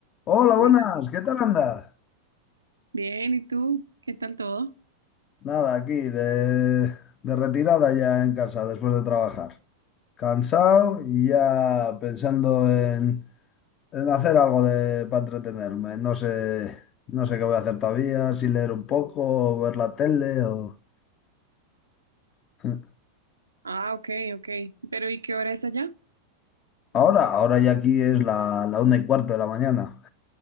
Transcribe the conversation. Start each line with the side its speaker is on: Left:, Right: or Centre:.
Left: Hola,
Right: Hola,
Left: buenas, ¿qué tal andas?
Right: bien, ¿y tú? ¿Qué tal todo?
Left: Nada, aquí de, de retirada ya en casa después de trabajar. Cansado y ya pensando en, en hacer algo de, para entretenerme. No sé, no sé qué voy a hacer todavía, si leer un poco, o ver la tele o... <laughs>
Right: Ah, ok, ok. Pero ¿y qué hora es allá?
Left: Ahora, ahora ya aquí es la, la una y cuarto de la mañana.